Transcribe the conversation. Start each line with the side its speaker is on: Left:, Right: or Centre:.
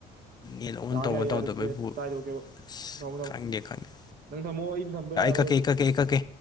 Left: ꯅꯦꯠ ꯑꯣꯟ
Right: ꯌꯥꯔ
Left: ꯇꯧꯕ
Right: ꯑꯌꯦꯛ
Left: ꯇꯧꯗꯕꯩꯕꯨ
Right: ꯑꯦꯇꯥꯏꯔꯦ
Left: ꯑꯁ
Right: ꯅꯎꯗꯎ
Left: ꯈꯪꯗꯦ ꯈꯪꯗꯦ
Right: ꯅꯪ ꯊꯝꯃꯣꯑꯣ ꯑꯩ ꯊꯝꯕ ꯌꯥꯔꯣꯏ
Left: ꯀꯛꯀꯦ ꯑꯩ ꯀꯛꯀꯦ ꯑꯩ ꯀꯛꯀꯦ